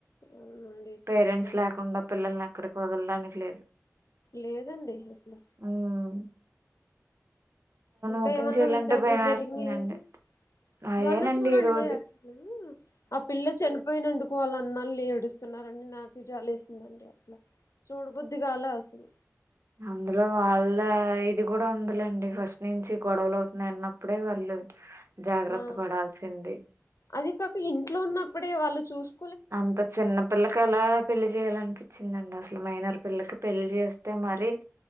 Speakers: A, on the left; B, on the right.
A: అవునండి
B: పేరెంట్స్
A: చాలా భయం
B: లేకుండా, పిల్లల్ని ఏక్కడికి వదలడానికి లేదు
A: లేదండి
B: మ్,
A: అసలు
B: ఉమ్మ్.
A: ఇంకా,
B: ఓపెన్
A: ఏమన్నా
B: చేయాలంటే
A: వీటంటివి
B: భయం
A: జరిగినాయి,
B: వేస్తుందండి
A: ఏంటి?
B: అయేనండి
A: మొన్న చూడండి
B: ఈ రోజు
A: అసలు ఆ పిల్ల చనిపోయిన నందుకు తక్కువళన్నాళ్ళ ఏడుస్తున్నారండి నాకు జాల వేస్తుందండి అసలు చూడ బుద్దిగాల అసలు
B: అందులో వాళ్ళ ఇది కూడా ఉందిలేండి ఫస్ట్ నుంచి గొడవలు అవుతుంది అన్నప్పుడే వాళ్ళ జాగ్రత్త
A: ఆ
B: పడాల్సింది
A: అది కాక ఇంట్లో ఉన్నప్పుడే వాళ్ళు చూస్త
B: అంత చిన్నపిల్లకి అలా పెళ్లి చేయాలనిపించి ఉందండి అసలు మైనార్ పిల్లకి పెళ్లి చేస్తే మరి